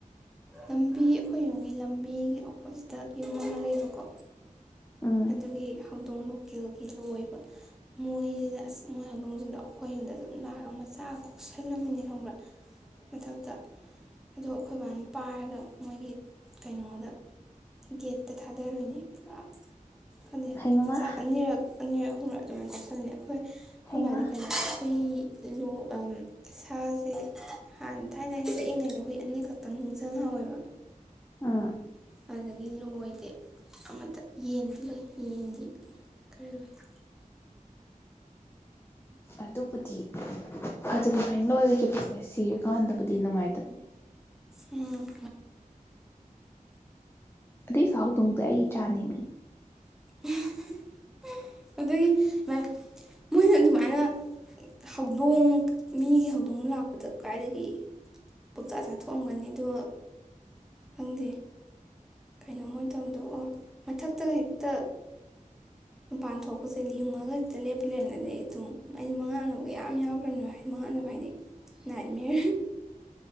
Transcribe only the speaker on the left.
ꯎꯝ
ꯍꯩꯃꯥ
ꯍꯩꯃꯥ
ꯎꯝ
ꯑꯗꯨꯕꯨꯗꯤ ꯑꯗꯨꯃꯥꯏꯅ ꯂꯣꯏꯈꯤꯕꯁꯦ ꯁꯤꯔꯀꯥꯟꯗꯕꯨꯗꯤ ꯅꯨꯡꯉꯥꯏꯇꯕꯅꯤ
ꯑꯗꯩ ꯁꯥꯎꯗꯣꯡꯗꯣ ꯑꯩ ꯆꯥꯅꯤꯉꯤ